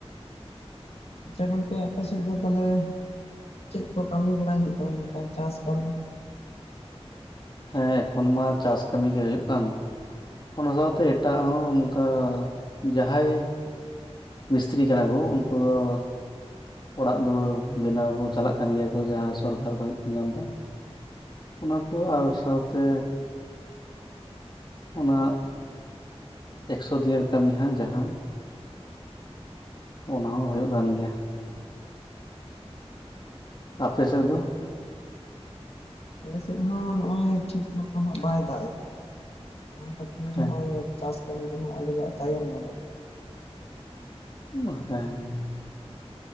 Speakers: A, on the left (about 65°); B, on the left (about 45°).
A: ᱟᱪᱪᱷᱟ ᱜᱚᱝᱠᱮ ᱟᱯᱮ ᱥᱮᱫ ᱫᱚ ᱛᱟᱞᱦᱮ ᱪᱮᱫ ᱠᱚ ᱠᱟᱹᱢᱤ ᱵᱟᱲᱟᱭ ᱦᱩᱭᱩᱜ ᱠᱟᱱᱟ ᱱᱚᱝᱠᱟ ᱪᱟᱥ ᱠᱟᱹᱢᱤ
B: ᱦᱮᱸ ᱮᱠᱷᱚᱱ ᱢᱟ ᱪᱟᱥ ᱠᱟᱹᱢᱤ ᱜᱮ ᱦᱩᱭᱩᱜ ᱠᱟᱱ᱾ ᱚᱱᱟ ᱥᱟᱶᱛᱮ ᱮᱴᱟᱜ ᱦᱚᱸ ᱱᱚᱝᱠᱟ ᱡᱟᱦᱟᱸᱭ ᱢᱤᱥᱛᱨᱤ ᱠᱟᱱᱟ ᱠᱚ ᱩᱱᱠᱩ ᱦᱚᱲ ᱚᱲᱟᱝ ᱫᱩᱣᱟᱹᱨ ᱵᱮᱱᱟᱣ ᱠᱚ ᱪᱟᱞᱟᱜ ᱠᱟᱱ ᱜᱮᱭᱟ ᱠᱚ ᱡᱟᱦᱟᱸ ᱥᱚᱨᱠᱟᱨ ᱠᱷᱚᱡ ᱠᱚ ᱧᱟᱢ ᱫᱟ ᱚᱱᱟ ᱠᱚ ᱟᱨ ᱥᱟᱶᱛᱮ ᱚᱱᱟ ᱮᱠᱥᱚ ᱫᱤᱱᱮᱨ ᱠᱟᱹᱢᱤ ᱦᱟᱸᱜ ᱡᱟᱦᱟᱸ ᱚᱱᱟ ᱦᱚᱸ ᱦᱳᱭᱳᱜ ᱠᱟᱱ ᱜᱮᱭᱟ ᱟᱯᱮ ᱥᱮᱫ ᱫᱚ
A: ᱟᱞᱮ ᱥᱮᱫ ᱦᱚᱸ ᱱᱚᱜᱦᱚᱭ ᱴᱷᱤᱠ ᱢᱚᱛᱚ ᱦᱟᱸᱜ ᱵᱟᱭ ᱫᱟᱜ ᱮᱫᱟ ᱡᱟᱦᱟᱸ ᱠᱷᱟᱹᱛᱤᱨ
B: ᱦᱮᱸ
A: ᱦᱚᱸᱜᱼᱚᱭ ᱪᱟᱥ ᱠᱟᱹᱢᱤ ᱫᱚ ᱦᱟᱸᱜ ᱟᱞᱮ ᱫᱚ ᱛᱟᱭᱚᱢ ᱧᱚᱜᱚ
B: ᱩᱢᱟ ᱦᱮᱸ <inaudible>